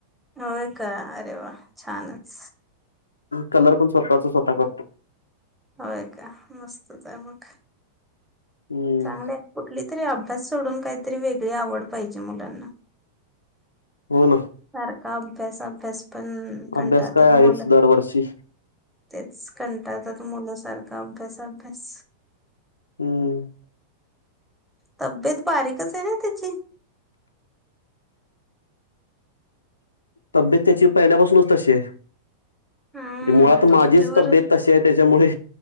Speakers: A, in the centre; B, on the left.
A: होय का अरे वा छानच
B: कलर पण स्वतःच स्वतः करतो.
A: होय का मस्तच ये मग
B: हम्म
A: चांगलंय कुठली तरी अभ्यास सोडून काहीतरी वेगळी आवड पाहिजे मुलांना
B: हो ना
A: सारका अभ्यास अभ्यास पण कंटाळतात
B: अभ्यास काय आहेच
A: मुलं
B: दरवर्षी
A: तेच कंटातात मुलसारखा अभ्यास अभ्यास
B: हूं
A: तब्येत बारीकच आहे ना त्याची
B: तब्येत त्याची पहिल्यापासूनच तशी आहे.
A: हम्म
B: मुळात
A: तुमच्यावरच
B: माझीच तब्येत तशी आहे त्याच्यामुळे